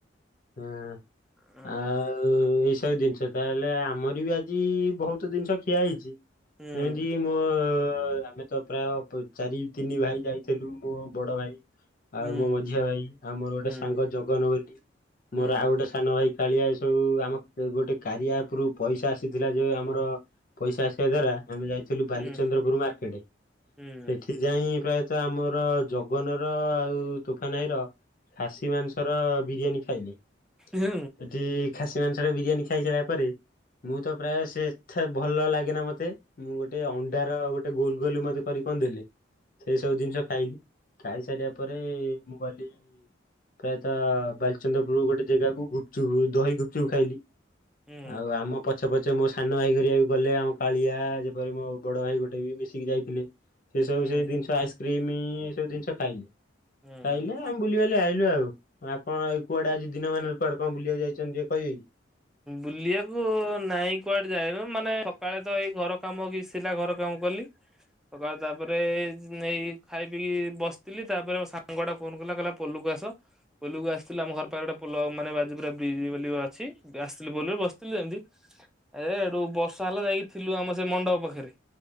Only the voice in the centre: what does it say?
ହୁଁ
ହୁଁ।
ହୁଁ
ହୁଁ
ହୁଁ
ହୁଁ ହୁଁ
ହୁଁ
ହୁଁ।
ହୁଁ
ହୁଁ।
ହୁଁ।
ବୁଲିବାକୁ ନାଇଁ କୁଆଡେ ଯାଇନୁ। ମାନେ ସକାଳେ ତ ଏଇ ଘର କାମ କି ଛି ଥିଲା। ଘର କାମ କଲି। ସକାଳେ ତାପରେ ଏଇ ଖାଇ ପିଇକି ବସିଥିଲି। ତାପରେ ମୋ ସାଙ୍ଗଟା ଫୋନ କଲା କହିଲା ପୋଲକୁ ଆସ। ପୋଲୁକୁ ଆସିଥିଲୁ ଆମ ଘର ପାଖରେ ଗୋଟେ ପୋଲ ମାନେ ବାଜୁପୁରା ବ୍ରିଜ୍ ବୋଲି ଅଛି। ଆସିଥିଲୁ ପୋଲରେ ବସିଥିଲୁ ଯେମିତି। ଆ ଏଠୁ ବର୍ଷା ହେଲା ଯାଇକି ଥିଲୁ ଆମ ସେ ମଣ୍ଡପ ପାଖରେ।